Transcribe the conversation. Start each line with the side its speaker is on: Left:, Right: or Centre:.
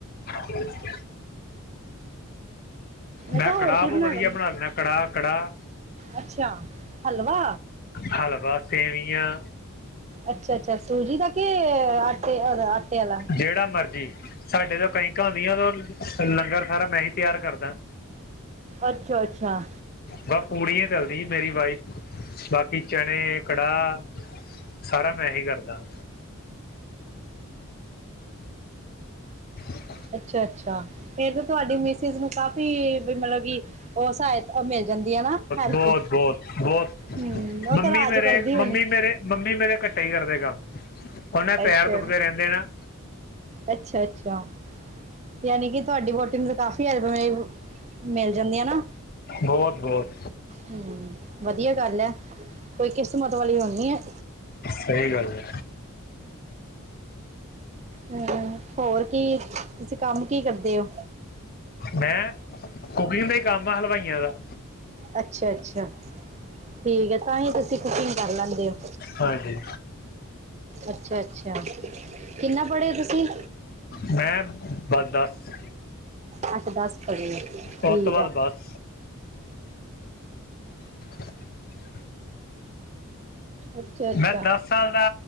Left: ਹਾਂ ਮੈਂ
Right: ਕਿਹਾ ਹੋਰ
Left: ਕੜਾਹ
Right: ਕੀ
Left: ਬੋ ਵੱਧੀਆ
Right: ਲੈਂਦੀ?
Left: ਬਣਾ ਲੈਂਦਾ, ਕੜਾਹ- ਕੜਾਹ
Right: ਅੱਛਾ ਹਲਵਾ
Left: ਹਲਵਾ ਸੇਵੀਆਂ
Right: ਅੱਛਾ- ਅੱਛਾ ਸੂਜੀ ਦਾ ਕੇ--ਆਟੇ ਅਦਾ ਆਟੇ ਵਾਲਾ।
Left: ਜੇੜਾ ਮਰਜ਼ੀ। ਸਾਡੇ ਜਦੋ ਕੰਜਕਾ ਹੁੰਦੀਆ, ਓਦੋ ਲੰਗਰ ਸਾਰਾ ਮੈਂ ਹੀ ਤਿਆਰ ਕਰਦਾ।
Right: ਅੱਛਾ -ਅੱਛਾ।
Left: ਬਸ ਪੂਰੀਆ ਈ ਤਲੱਦੀ ਮੇਰੀ ਵਾਈਫ, ਬਾਕੀ ਚਨੇ, ਕੜਾਹ ਸਾਰਾ ਮੈਂ ਹੀ ਕਰਦਾ। ਹਾਂ
Right: ਅੱਛਾ- ਅੱਛਾ ਫੇਰ ਤਾਂ ਤੁਹਾਡੀ ਮਿਸਿਸ ਨੂੰ ਕਾਫ਼ੀ ਮਤਲਬ ਕਿ ਓਹ ਸਹਾ ਓ ਮਿਲ ਜਾਂਦੀ ਆ ਨਾ ਹੈਲਪ,
Left: ਬਹੁਤ ਬਹੁਤ ਬਹੁਤ
Right: ਹਮ ਉਹ
Left: ਮੰਮੀ
Right: ਤਾਂ ਰਾਜ
Left: ਮੇਰੇ
Right: ਕਰਦੀ ਹੋਣੀ।
Left: ਮੰਮੀ ਮੇਰੇ ਮੰਮੀ ਮੇਰੇ ਘਟੇ ਈ ਕਰਦੇ ਕੰਮ। ਉਹਨੇ
Right: ਕੈਸੇ
Left: ਪੈਰ ਦੁਖਦੇ
Right: ਹੋ?
Left: ਰਹਿੰਦੇ ਨਾ
Right: ਅੱਛਾ ਅੱਛਾ ਯਾਨੀ ਕਿ ਤੁਹਾਡੀ ਵੋਟੀ ਨੂੰ ਤੇ ਕਾਫੀ ਹਲਪਾਂ ਮਿਲ ਜਾਂਦੀਆਂ ਨਾ।
Left: ਬਹੁਤ ਬਹੁਤ
Right: ਹੂੰ, ਵਧੀਆ ਗੱਲ ਹੈ ਕੋਈ ਕਿਸਸ਼ਮਤ ਵਾਲੀ ਹੋਣੀ ਐ।
Left: ਸਹੀ ਗੱਲ ਐ।
Right: ਹੂੰ, ਹੋਰ ਕੀ ਤੁਸੀਂ ਕੰਮ ਕੀ ਕਰਦੇ ਓ?
Left: ਮੈਂ ਕੁਕਿੰਗ ਦਾ ਈ ਕੰਮ ਆ ਹਲਵਾਈਆਂ ਦਾ।
Right: ਅੱਛਾ-ਅੱਛਾ ਠੀਕ ਐ, ਤਾਂ ਹੀ ਤੁਸੀਂ ਕੁਕਿੰਗ ਕਰ ਲੈਂਦੇ ਹੋ।
Left: ਹਾਂਜੀ।
Right: ਅੱਛਾ-ਅੱਛਾ ਕਿੰਨਾ ਪੜ੍ਹੇ ਹੋ ਤੁਸੀਂ?
Left: ਮੈਂ ਬਸ ਦਸ।
Right: ਮੈਂ ਤਾਂ ਦੱਸ ਪੜੀ ਆ। ਠੀਕ
Left: ਉਸ ਤੋਂ ਬਾਦ
Right: ਹੈ
Left: ਬਸ। <inaudible>
Right: ਅੱਛਾ ਅੱਛਾ
Left: ਮੈਂ ਦਸ ਸਾਲ ਦਾ